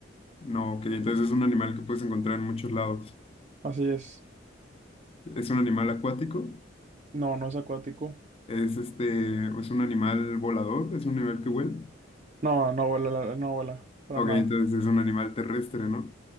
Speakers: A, on the left; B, on the right.
A: No, ok, entonces es un animal que puedes encontrar en muchos lados.
B: así es.
A: Es un animal acuático,
B: No, no es acuático.
A: es este, es un animal volador, es un animal que vuela.
B: No, no vuela, la- no vuela, para
A: Ok,
B: nada.
A: entonces es un animal terrestre, ¿no?